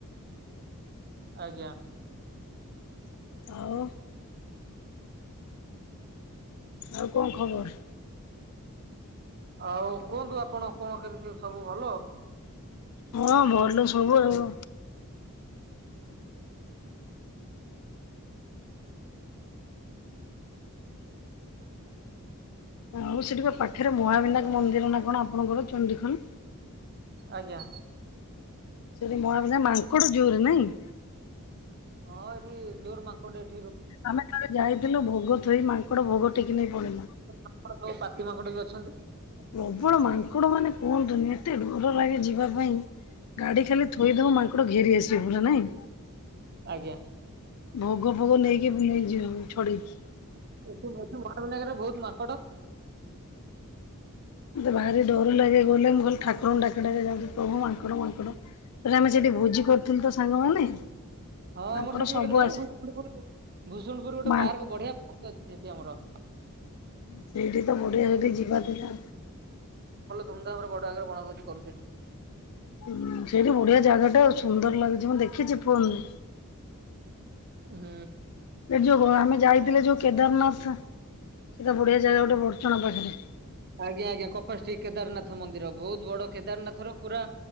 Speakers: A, on the right; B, on the left.
A: ଆଜ୍ଞା।
B: ଆଉ। ଆଉ କଣ ଖବର?
A: ଆଉ କୁହନ୍ତୁ ଆପଣ କଣ କେମିତି ସବୁ ଭଲ?
B: ହଁ ଭଲ ସବୁ ଆଉ। ଆଉ ସେଠିପା ପାଖରେ ମହାବିନାୟକ ମନ୍ଦିର ନା କଣ ଆପଣଙ୍କର ଚଣ୍ଡିଖୋଲ?
A: ଆଜ୍ଞା।
B: ସେଠି ମହା ବିନାୟମାଙ୍କଡ ଜୋରେ ନାଇଁ?
A: ହଁ ଏଇଠି ଜୋର ମାଙ୍କଡ ଏଠ
B: ଆମେ ଥରେ ଯାଇଥିଲୁ ଭୋଗ ଥୋଇ ମାଙ୍କଡ ଭୋଗ ଟେକି ନେଇ ପଳେଇଲା।
A: ବୋହୁତ ପାତି ମାଙ୍କଡ ବି ଅଛନ୍ତି।
B: ପ୍ରବଳ ମାଙ୍କଡ ମାନେ କୁହନ୍ତୁନି ଏତେ ଭଲ ଲାଗେ ଯିବା ପାଇଁ। ଗାଡି ଖାଲି ଥୋଇଦବୁ ମାଙ୍କଡ ଘେରି ଆସିବେ, ପୁରା ନାଇଁ।
A: ଆଜ୍ଞା।
B: ଭୋଗ ଫୋଗ ନେଇକି- ନେଇଯିବେ ଛଡେଇକି।
A: ଏଠ ଏଠ ମହାମନାଗରରେ ବହୁତ ମାକଡ
B: ମତେ ଭାରି ଡର ଲାଗେ ଗଲେ ମୁଁ ଖାଲି ଠାକୁରଙ୍କୁ ଡାକି ଡାକି ଯାଉଛି ପ୍ରଭୁ ମାଙ୍କଡ଼ ମାଙ୍କଡ଼। ତାଲେ ଆମେ ସେଠି ଭୋଜି କରୁଥିଲୁ ତ ସାଙ୍ଗମାନେ।
A: ହଁ
B: ମାଙ୍କଡ
A: ଆମର ସେଠି
B: ସବୁ
A: ଗୋଟେ ନାଇଁ
B: ଆସି
A: ଭୁୁର ଭୁସୁଣ୍ଡୁପୁର ଗୋଟେ
B: ମା
A: ପାର୍କ ବଢିଆ ପାର୍କ ଅଛି। ସେଠି ଆମର।
B: ସେଇଠି ତ ବଢିଆ ସେଠି ଯିବା ଥିଲା।
A: ତୁମ ତ ଆମର ବଡ ଆଗରେ ବଣଭୋଜି କରୁ ସେଠି
B: ହ ସେଇଠି ବଢିଆ ଜାଗା ଟା ଆଉ ସୁନ୍ଦର ଲାଗୁଛି ମୁଁ ଦେଖିଛି ଫୁନନେ
A: ହୁଁ।
B: ସେ ଯୋଉ ଆମେ ଯାଇଥିଲେ ଯୋଉ କେଦାରନାଥ ସେଟା ବଢିଆ ଜାଗା ଗୋଟେ ବର୍ଚଣା ପାଖରେ।
A: ଆଜ୍ଞା ଆଜ୍ଞା କପାଷ୍ଟିକ୍ କେଦାରନାଥ ମନ୍ଦିର ବହୁତ ବଡ କେଦାରନାଥ ର ପୁରା